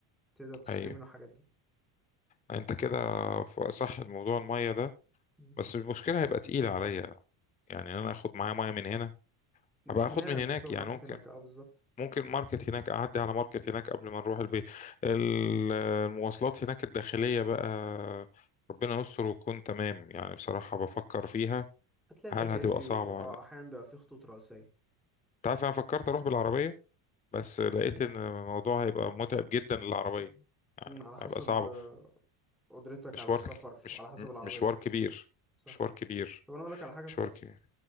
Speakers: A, in the centre; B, on the left.
A: تقدر تشتري
B: ايوه
A: منه الحاجات دي
B: انت كده ف- صح الموضوع المية ده
A: مم.
B: بس المشكلة هيبقى تقيلة عليا يعني ان انا اخد معايا مية من هنا
A: مش
B: هبقى اخد
A: من هنا
B: من هناك
A: من السوبر
B: يعني
A: ماركت
B: ممكن
A: هناك اه بالظبط
B: ممكن ماركت هناك اعدي على ماركت هناك قبل ما نروح البيت ال- المواصلات هناك الداخلية بقى ربنا يستر وتكون تمام يعني بصراحة بفكر فيها
A: هتلاقي
B: هل
A: تكاسي
B: هتبقى صعبة
A: واه
B: ولا لا
A: احيانا بيبقى فيه خطوط رئيسية
B: انت عارف انا فكرت اروح بالعربية بس لقيت ان الموضوع هيبقى متعب جدا للعربية
A: مم.
B: يعني
A: مم، على حسب
B: هيبقى صعب
A: آه، قدرتك
B: مشوار
A: على السفر
B: مش
A: وعلى حسب
B: م-
A: العربية
B: مشوار كبير
A: صح
B: مشوار كبير
A: طب انا اقول لك على حاجة كويسة
B: مشوار كبير